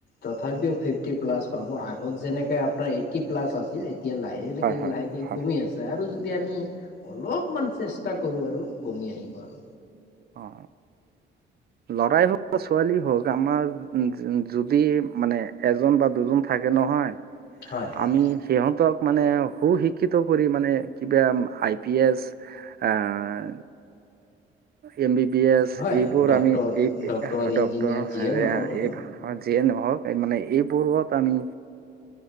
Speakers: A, on the left (about 60°); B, on the right (about 50°).
A: তথাপিও ফিফটি প্লাছ পাব আগত যেনেকে আপোনাৰ এই টি প্লাছ আছিল এতিয়া লাহেলেকে
B: হয় হয়
A: লাহেকে।
B: হয়
A: কমি আছে আৰু যদি আমি অলপমান চেষ্টা কৰো আৰু কমি আহিব আৰু।
B: অ। লৰাই হওক বা ছোৱালী হওক আমাৰ উ উ যদি মানে এজন বা, দুজন থাকে নহয়
A: হয় হয়।
B: আমি, সিহঁতক মানে সু শিক্ষিত কৰি মানে কিবা আই পি এছ, আঁ এম বি বি এছ
A: হয়
B: এইবোৰ
A: ডক্তৰ
B: আমি এই ডক্তৰ
A: ইঞ্জিনিয়াৰ যিয়ে নহওক
B: এই,
A: আৰু।
B: অ যিয়ে নহওক মানে এইবোৰত আমি,